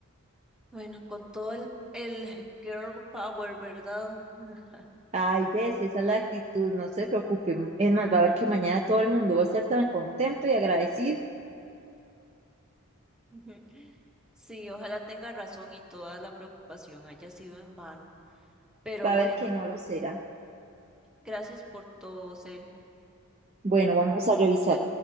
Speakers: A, in the centre; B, on the right.
A: Bueno, con todo el, el girl power, ¿verdad? <laughs>
B: Ay, ves, esa es la actitud, no se preocupen. Es más, va a ver que mañana todo el mundo va a estar tan contento y agradecido.
A: Ujú. Sí, ojalá tenga razón y toda la preocupación haya sido en vano. Pero
B: Va a
A: bueno,
B: ver que no lo será.
A: gracias por todo, Cel.
B: Bueno, vamos a revisar.